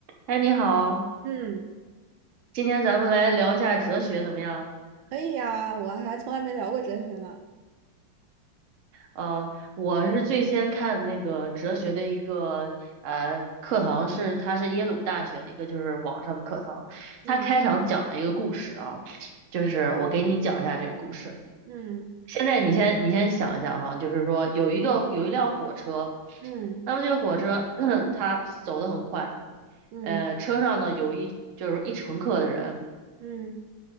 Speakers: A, on the right; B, on the right.
A: 哎，你好，
B: 嗯，
A: 今天咱们来聊一下哲学怎么样？
B: 可以呀，我还从来没聊过哲学呢。
A: 呃，我是最先看的那个哲学的一个呃课堂是，它是耶鲁大学的一个就是网上的课堂，
B: 嗯
A: 它开场讲了一个故事啊，就是我给你讲一下这个故事。
B: 嗯
A: 现在你先你先想一下哈，就是说有一个有一辆火车，
B: 嗯
A: 那么这个火车 <clears throat> 它走得很快，
B: 嗯
A: 呃，车上呢有一就是说一乘客的人。
B: 嗯，